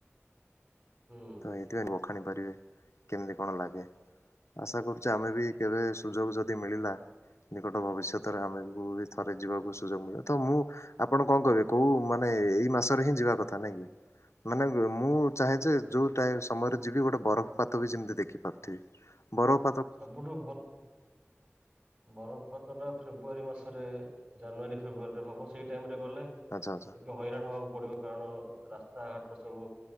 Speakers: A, on the right (about 35°); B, on the left (about 80°).
A: ହୁଁ
B: ତ ଏଇଥିପାଇଁ ବଖାଣି ପାରିବେ କେମିତି କଣ ଲାଗେ? ଆଶା କରୁଛି, ଆମେ ବି କେବେ ସୁଯୋଗ ଯଦି ମିଳିଲା ନିକଟ ଭବିଷ୍ୟତରେ, ଆମେବୁ ବି ଥରେ ଯିବାକୁ ସୁଯୋଗ ମିଳିବ, ତ ମୁଁ ଆପଣ କଣ କହିବେ କୋଉ ମାନେ ଏଇ ମାସରେ ହିଁ ଯିବା କଥା ନାଇଁ କି? ମାନେ ବେ ମୁଁ ଚାହେଁ ଯେ ଯୋଉ ଟାଇ ସମୟରେ ଯିବି ଗୋଟେ ବରଫ ପାତ ବି ଯେମିତି ଦେଖି ପାରୁଥିବି, ବରଫ
A: ସବୁଠୁ ଭଲ ବରଫପାତଟା ଫେବୃୟାରୀ ମାସରେ ଜାନୁଆରୀ ଫେବୃୟାରୀ ହବ, ସେଇ ଟାଇମ୍ ରେ ଗଲେ
B: ଆଚ୍ଛା ଆଚ୍ଛା।
A: ଟିକେ ହଇରାଣ ହବାକୁ ପଡିବ, କାରଣ ରାସ୍ତାଘାଟର ସବୁ